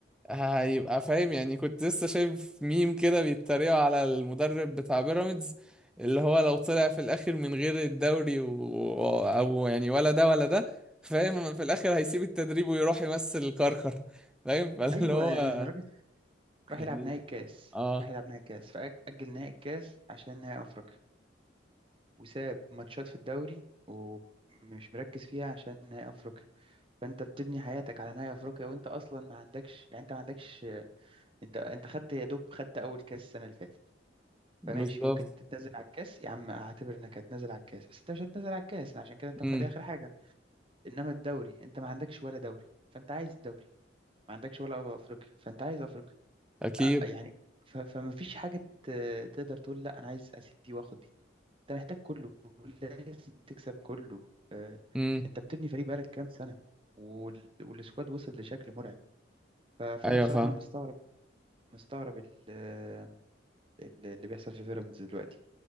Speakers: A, in the centre; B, on the right.
A: هيبقى فاهم يعني كنت لسه شايف ميم كده بيتريقوا على المدرب بتاع بيراميدز اللي هو لو طلع في الاخر من غير الدوري و... و- او يعني ولا ده ولا ده فاهم في الاخر هيسيب التدريب ويروح يمثل كركر فاهم <laughs> فاللي
B: ايوه
A: هو
B: يعني الراجل راح
A: يعني
B: يلعب نهائي الكاس
A: اه
B: راح يلعب نهائي الكاس فأجل نهائي الكاس عشان نهائي أفريقيا وساب ماتشات في الدوري ومش مركز فيها عشان نهائي أفريقيا فأنت بتبني حياتك على نهائي أفريقيا وأنت أصلا ما عندكش يعني أنت ما عندكش أنت أنت خدت يا دوب خدت أول كاس السنة اللي فاتت
A: بالظبط
B: فماشي ممكن تتنازل على الكاس يا عم اعتبر انك هتنازل على الكاس بس انت مش هتنازل على الكاس عشان كده انت
A: امم
B: مخليه اخر حاجه انما الدوري انت ما عندكش ولا دوري فانت عايز الدوري ما عندكش ولا افريقيا فانت عايز افريقيا
A: اكيد
B: آه، يعني ف- فما فيش حاجة ت- تقدر تقول لا أنا عايز أسيب دي وآخد دي أنت محتاج كله لازم تكسب كله آه،
A: امم
B: أنت بتبني فريق بقالك كام سنة وال- والسكواد وصل لشكل مرعب ف- فأنا
A: ايوه
B: بصراحة
A: فاهم
B: أنا مستغرب مستغرب ال- آه، ال- اللي بيحصل في بيراميدز دلوقتي